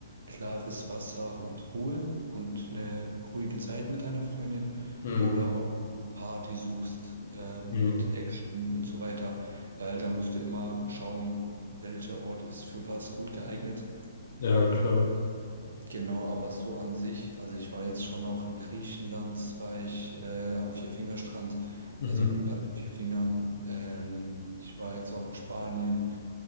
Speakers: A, on the right (about 65°); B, on the left (about 55°).
A: klares Wasser und Ruhe und eine ruhige Zeit mit deiner Freundin
B: Hm,
A: oder ob du Party suchst, ähm,
B: hm.
A: mit Action und so weiter, weil da musst du immer schauen, welcher Ort ist für was gut geeignet.
B: Ja, klar.
A: Genau, aber so an sich, also ich war jetzt schon auch in Griechenland, war ich äh, am Vierfingerstrand,
B: Mhm.
A: also an den Vierfingern. Ähm, ich war jetzt auch in Spanien.